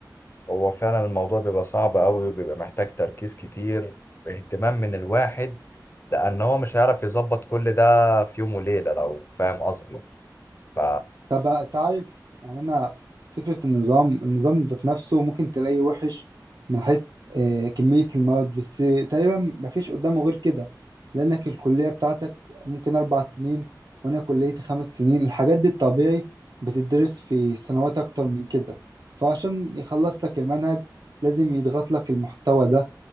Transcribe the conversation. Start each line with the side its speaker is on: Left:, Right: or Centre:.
Left: هو فعلا الموضوع بيبقى صعب قوي وبيبقى محتاج تركيز كتير واهتمام من الواحد لان هو مش هيعرف يظبط كل ده في يوم وليلة لو فاهم قصدي ف
Right: طب تعرف يعني انا فكره النظام النظام ذات نفسه ممكن تلاقيه وحش من حيث آه، كميه المواد بس تقريبا مفيش قدامه غير كده لانك الكليه بتاعتك ممكن اربع سنين وانا كليتي خمس سنين الحاجات دي الطبيعي بتدرس في سنوات اكتر من كده فعشان يخلص لك المنهج لازم يضغط لك المحتوى ده